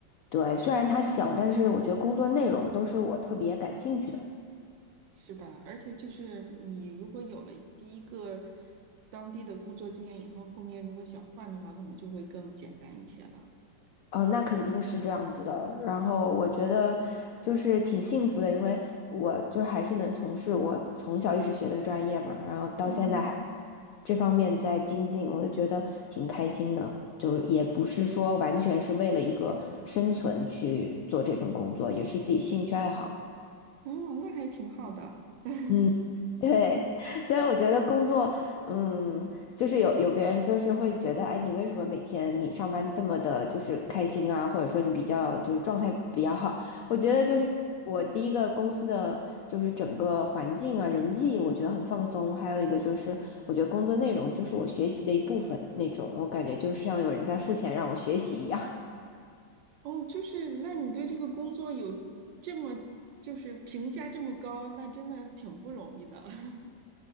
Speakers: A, on the left; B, on the right.
A: 对，虽然它小，但是我觉得工作内容都是我特别感兴趣的。
B: 是吧？而且就是你如果有了第一个当地的工作经验以后，后面如果想换的话，可能就会更简单一些了。
A: 哦，那肯定是这样子的。然后我觉得就是挺幸福的，因为我就还是能从事我从小一直学的专业嘛，然后到现在还
B: 嗯，
A: 这方面在精进，我就觉得挺开心的。就也不是说完全是为了一个生存去做这份工作，也是自己兴趣爱好。
B: 嗯，那还挺好的。<laughs>
A: 嗯。对，<laughs> 所以我觉得工作，嗯，就是有有别人就是会觉得，哎，你为什么每天你上班这么的，就是开心啊，或者说你比较就是状态比较好？我觉得就是我第一个公司的就是整个环境啊，
B: 嗯，
A: 人际我觉得很放松，还有一个就是我觉得工作内容就是我学习的一部分那种，我感觉就像有人在付钱让我学习一样。
B: 哦，就是那你对这个工作有这么就是评价这么高，那真的挺不容易的。<laughs>